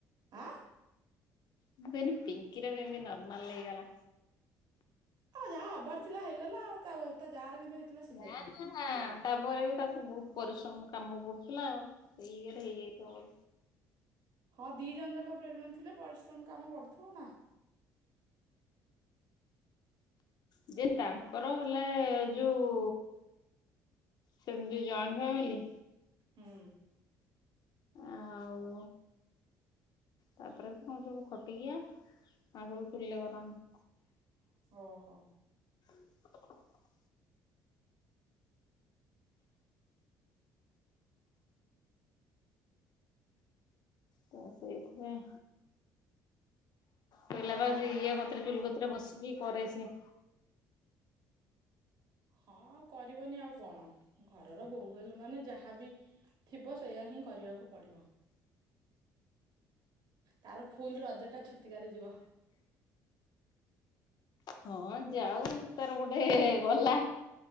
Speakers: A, on the right; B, on the left.
A: ଆ
B: ମୁଁ କହିଲି ପିଙ୍କିର କେମିତି ନର୍ମାଲ ହେଇଗଲା?
A: ଆଉ ଯାହା ହବାର ଥିଲା ହେଇଗଲା ତା ତା ଯାଆର କିନ୍ତୁ ହେଇଥିଲା ସିଜରିଆନ।
B: ନା ନା ତାପରେ ବି ତାକୁ ବହୁତ ପରିଶ୍ରମ କାମ ପଡୁଥିଲା ଆଉ ସେଇ ଇଏରେ ହେଇଯାଇଥିବ।
A: ହଁ ଦିଇ ଜଣ ଯାକ ପ୍ରେଗନେଣ୍ଟ ଥିଲେ ପରିଶ୍ରମ କାମ ପଡୁଥିବ ନା।
B: ଯିଏ ତାଙ୍କର ହେଲେ ଯୋଉ ଯେମିତି ଜଏଣ୍ଟ ଫ୍ୟାମିଲି।
A: ହୁଁ।
B: ଆଉ ତାପରେ କଣ ସବୁ ଖଟିକିଆ ଆଉ ସବୁ ଚୁଲିରେ କରନ୍ତି।
A: ଅହ।
B: <inaudible> ତ ସେଇଥିପାଇଁ କହିଲା ବା ସେ ଇଏ କତିରେ ଚୁଲି କତିରେ ବସିକି କରେ ସିଏ।
A: ହଁ କରିବନି ଆଉ କଣ ଘରର ବୋହୁ ହେଲୁ ମାନେ ଯାହାବି ଥିବ ସେଇୟା ହିଁ କରିବାକୁ ପଡ଼ିବ। ତାର ଫୁଲ୍ ରଜଟା ଛୁତିକିଆରେ ଯିବ।
B: ହଁ ଯାଉ ତାର ଗୋଟେ ଗଲା।